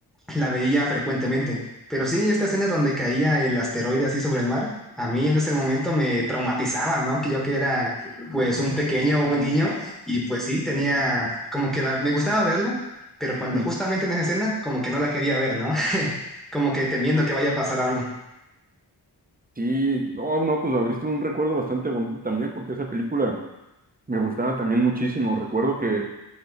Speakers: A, in the centre; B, on the right (about 20°).
A: la veía frecuentemente. Pero sí, esta escena donde caía el asteroide así sobre el mar, a mí en ese momento me traumatizaba, ¿no? Que yo que era pues un pequeño, un niño, y pues sí, tenía como que la- me gustaba verla, pero cuando
B: Sí.
A: justamente en esa escena como que no la quería ver, ¿no? <laughs> Como que temiendo que vaya a pasar algo.
B: Sí, no, no, pues abriste un recuerdo bastante bonito también, porque esa película me gustaba también muchísimo. Recuerdo que